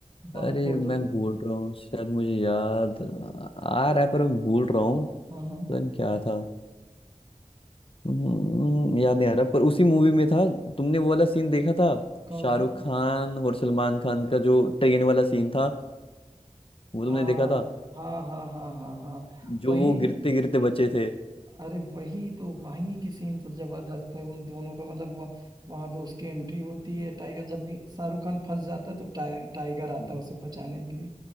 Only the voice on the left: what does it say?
अरे
मैं
भूल रहा हूँ शायद मुझे याद आ रहा है पर मैं भूल रहा हूँ पता
नहीं क्या था हम्म, याद नहीं आ रहा पर उसी मूवी में था तुमने वो वाला सीन देखा था
शाहरुख
खान और सलमान खान का जो ट्रेन वाला सीन था वो तुमने
देखा था
जो
वो गिरते गिरते बचे थे
<laughs>